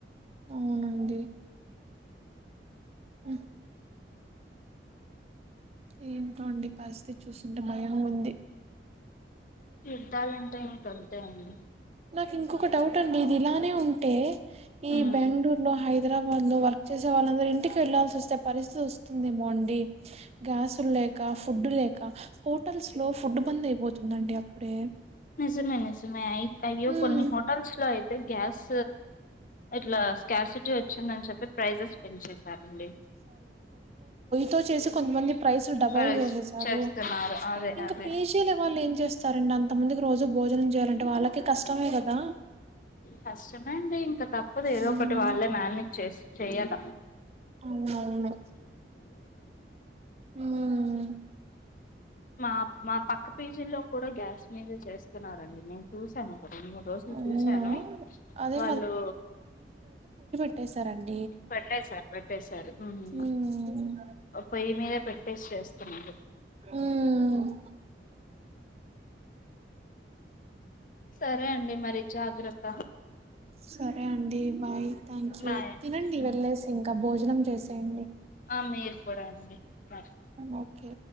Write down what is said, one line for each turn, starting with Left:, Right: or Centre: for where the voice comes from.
Right: అవునండి ఉమ్. ఏంటోండి పరిస్థితి చూస్తుంటే బయంగుంది.
Left: యుద్ధలంటే ఇంకంతే అండి.
Right: నాకు ఇంకొక డౌట్ అండి ఇది ఇలానే ఉంటే ఈ
Left: మ్మ్
Right: బెంగళూరు లో హైదరాబాద్. వాళ్ళు వర్క్ చేసే వాళ్ళందరు ఇంటికి వెళ్లాల్సిన వస్త పరిస్థితి వస్తుందేమో అండి గ్యాసులు లేక. ఫుడ్ లేక హోటల్స్ లో ఫుడ్ బంద్ అయిపోతుందండి అప్పుడే.
Left: నిజమే నిజమే అయి అయ్యో
Right: ఉమ్
Left: కొన్ని హోటల్స్ లో అయితే గ్యాస్. ఇట్లా స్కార్సిటీ వచ్చిందని చెప్పి ప్రైజెస్ పెంచేశారండి.
Right: తో చేసి కొంతమంది ప్రైస్లు డబల్
Left: ప్రైస్
Right: చేసేసారు
Left: చేస్తున్నారు అదే
Right: ఇంకా
Left: అదే
Right: పే చెయ్యని వాళ్ళు ఏం చేస్తారు. అండ్ అంత మందికి రోజు భోజనం చేయాలంటే వాళ్ళకి కష్టమే కదా.
Left: కష్టమే అండి ఇంకా తప్పదు ఏదో
Right: ఉమ్,
Left: ఒకటి వాళ్ళే మేనేజ్ చేసి చేయాల.
Right: అవునవును ఉమ్.
Left: మా మా పక్క పీజీల్లో కూడా గ్యాస్ మీదే చేస్తున్నరండి మే. చూశాను ఒక రెండు మూడు రోజులు
Right: అవునా
Left: చూశాను
Right: అదే
Left: వాళ్ళు.
Right: పెట్టెసార్ అండి.
Left: పెట్టాసార్ పెట్టేసారు ఉమ్
Right: ఉమ్
Left: పొయ్యి మీదే పె. ఫేస్ చేస్తున్నారు.
Right: ఉమ్.
Left: సరే అండి మరి జాగ్రత్త
Right: సరే అండి. బాయ్ థ్యాంక్యూ
Left: బాయ్ అండి
Right: తినండి వెళ్ళేసి ఇంకా భోజనం చేసేయండి.
Left: ఆ మీరు కూడా అండి బాయ్
Right: ఓకే